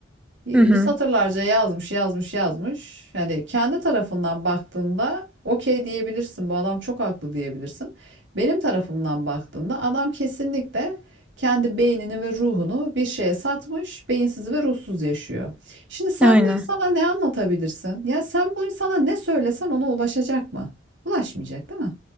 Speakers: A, on the right (about 70°); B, in the centre.
A: e,
B: Hı hı.
A: satırlarca yazmış, yazmış, yazmış. Yani kendi tarafından baktığında okey diyebilirsin. Bu adam çok haklı diyebilirsin. Benim tarafımdan baktığında adam kesinlikle kendi beynini ve ruhunu bir şeye satmış, beyinsiz ve ruhsuz yaşıyor. Şimdi sen
B: Aynen.
A: bu insana ne anlatabilirsin? Ya sen bu insana ne söylesen ona ulaşacak mı? Ulaşmayacak, değil mi?